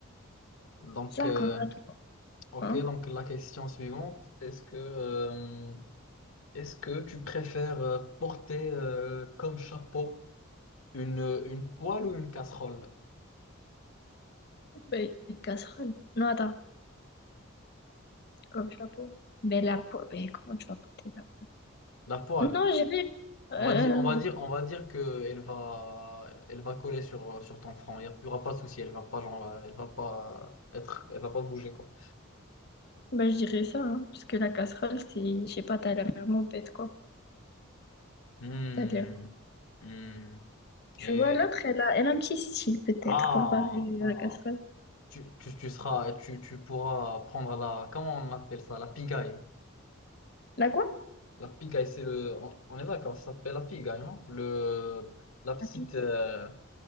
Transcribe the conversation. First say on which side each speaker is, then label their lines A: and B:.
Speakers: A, on the left; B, on the left.
A: Donc,
B: D'accord,
A: euh,
B: attends.
A: Ok,
B: Hein?
A: donc la question suivante, est-ce que, euh, est-ce que tu préfères euh, porter euh, comme chapeau une, une poêle ou une casserole?
B: Ben, une casserole. Non, attends. Comme chapeau. Ben la peau, ben comment tu vas porter la peau?
A: La poêle.
B: Non, j'ai vu Euh,
A: On va dire, on va dire, on va dire que elle va, elle va coller sur, sur ton front. Il n'y aura pas de souci. Elle va pas, genre, euh, elle va pas être, elle va pas bouger quoi.
B: ben je dirais ça, hein, parce que la casserole, c'est, je sais pas, t'as l'air vraiment bête quoi.
A: Hmm,
B: T'as l'air-
A: hmm.
B: Tu
A: Et
B: vois, l'autre, elle a, elle a un petit style peut-être
A: ah,
B: comparé
A: ah.
B: à la casserole.
A: Tu, tu, tu seras, tu, tu pourras prendre la, comment on appelle ça, la pigaille.
B: La quoi?
A: La pigaille, c'est le. On on est d'accord, ça s'appelle la pigaille, non? Le... La petite,
B: La pizza.
A: euh,